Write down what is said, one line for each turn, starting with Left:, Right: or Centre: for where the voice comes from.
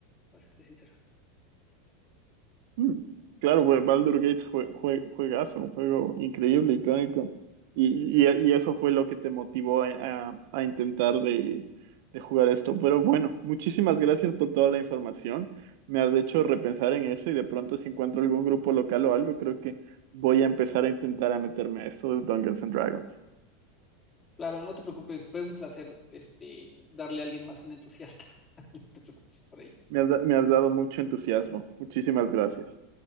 Left: para serte sincero.
Right: Mm, Claro, pues Baldur's Gate fue, fue juegazo, un juego increíble, icónico. Y, y, y eso fue lo que te motivó a, a- a intentar de, de jugar esto. Pero bueno, muchísimas gracias por toda la información. Me has hecho repensar en eso y de pronto si encuentro algún grupo local o algo, creo que voy a empezar a intentar a meterme a esto de Dungeons and Dragons.
Left: Claro, no te preocupes, fue un placer este, darle a alguien más un entusiasta. <laughs> No te preocupes por ello.
Right: Me has, da- me has dado mucho entusiasmo. Muchísimas gracias.